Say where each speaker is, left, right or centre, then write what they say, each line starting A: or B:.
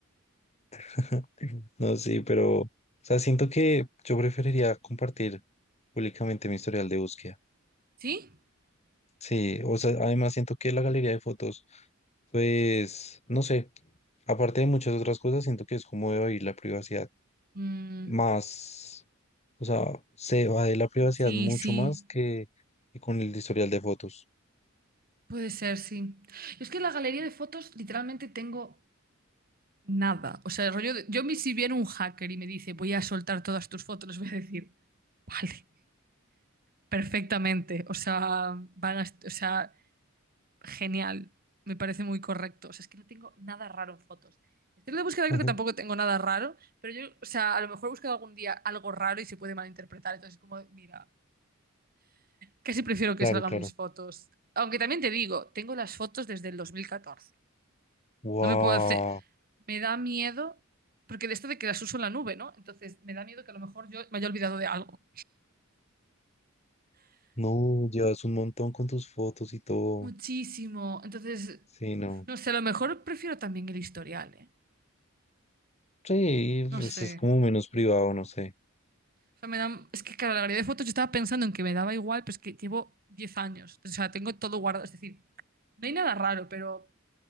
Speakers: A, on the left; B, on the right.
A: <laughs> no, sí, pero, o sea, siento que yo preferiría compartir públicamente mi historial de búsqueda.
B: ¿Sí?
A: Sí, o sea, además siento que la galería de fotos, pues, no sé, aparte de muchas otras cosas, siento que es como debe ir la privacidad
B: Mm,
A: más, o sea, se va de la privacidad
B: sí,
A: mucho
B: sí.
A: más que, que con el historial de fotos.
B: Puede ser, sí. Yo es que en la galería de fotos literalmente tengo nada. O sea, el rollo de- yo me si viene un hacker y me dice, voy a soltar todas tus fotos, les voy a decir, vale, perfectamente. O sea, van a, est- o sea, genial, me parece muy correcto. O sea, es que no tengo nada raro en fotos. En estilo de búsqueda
A: <laughs>
B: creo
A: Ujú,
B: que tampoco tengo nada raro, pero yo, o sea, a lo mejor he buscado algún día algo raro y se puede malinterpretar. Entonces, como, mira, casi prefiero que
A: Claro,
B: salgan
A: claro.
B: mis fotos. Aunque también te digo, tengo las fotos desde el dos mil catorce
A: Wow,
B: No me puedo hacer... Me da miedo, porque de esto de que las uso en la nube, ¿no? Entonces, me da miedo que a lo mejor yo me haya olvidado de algo.
A: no, llevas un montón con tus fotos y todo.
B: Muchísimo. Entonces,
A: Sí, no.
B: no sé, a lo mejor prefiero también el historial, ¿eh?
A: Sí,
B: No
A: pues
B: sé.
A: es como menos privado, no sé.
B: O sea, me dan Es que, claro, la galería de fotos yo estaba pensando en que me daba igual, pero es que llevo 10 años. O sea, tengo todo guardado. Es decir, no hay nada raro, pero